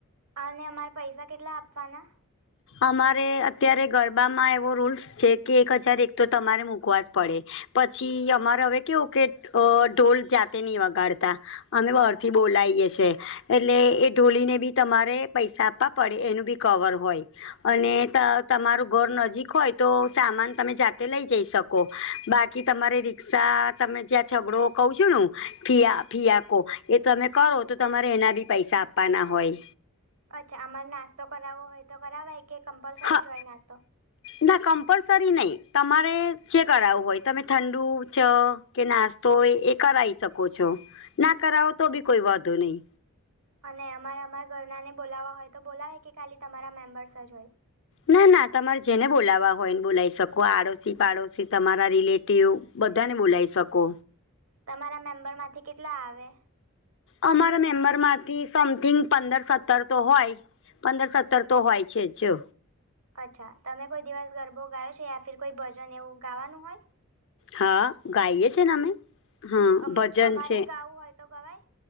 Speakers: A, on the right; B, on the left.
A: અને અમારે પૈસા કેટલા આપવાના?
B: અમારે અત્યારે ગરબામાં એવો રૂલ્સ છે કે એક હજાર એક તમારે મૂકવાજ પડે. પછી અમારે હવે કેવું કે અ ઢોલ જાતે નહી વગાડતા અમે બહારથી બોલાઈએ છે એટલે એ ઢોલીને બી તમારે પૈસા આપવા પડે એનું બી કવર હોય અને ત તમારું ઘર નજીક હોય તો સામાન તમે જાતે લઈ જઈ શક જો બાકી તમારે રિકષા તમે જ્યાં છઘડો કહું છુ ને મુ ફિયા ફિયાકો એ તમે કરો તો તમારે એના બી પૈસા આપાના હોય
A: અચ્છા અમારે નાસ્તો કરાવો હોય તો કરાવાય કે કમ્પલસરી
B: હા
A: જ હોય નાસ્તો
B: ના કમ્પલસરી નહી તમારે જે કરાવું હોય તમે ઠંડુ ચ કે નાસ્તો હોય એ કરાઈ શકો છો ના કરાવો તો બી કોઈ વોધો નઈ
A: અને અમાર અમારા ઘરના ને બોલાવા હોય તો બોલાવે કે ખાલી તમારા મેમ્બર્સ જ હોય
B: ના ના તમારે જેને બોલાવા હોય એન બોલાઈ શકો આડોશી પાડોશી તમારા રિલેટિવ બધાને બોલઈ શકો
A: તમારા મેમ્બર માંથી કેટલા આવે
B: અમારા મેમ્બર માંથી સમથિંગ પંદર સત્તર તો હોય પંદર સત્તર તો હોય છે જ ચો
A: અચ્છા તમે કોઈ દિવસ ગરબો ગાયો છે યા ફિર કોઈ ભજન એવું ગાવાનું હોય
B: હા ગાઈએ છીએન અમે. હ
A: હોય અમ
B: ભજન
A: અમારે
B: છે
A: ગાવું હોય તો ગવાય